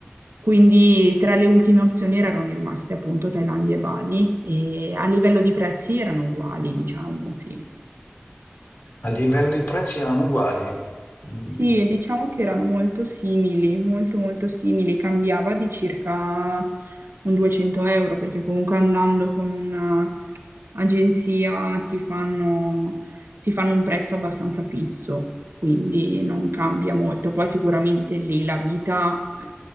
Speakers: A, on the right (about 65°); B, on the left (about 50°).
A: Quindi tra le ultime opzioni erano rimaste appunto Thailandia e Bali e a livello di prezzi erano uguali, diciamo, sì.
B: A livello di prezzi erano uguali. Mm.
A: Sì, diciamo che erano molto simili, molto molto simili, cambiava di circa un 200 euro perché comunque andando con una agenzia ti fanno, ti fanno un prezzo abbastanza fisso, quindi non cambia molto. Poi sicuramente lì la vita eh,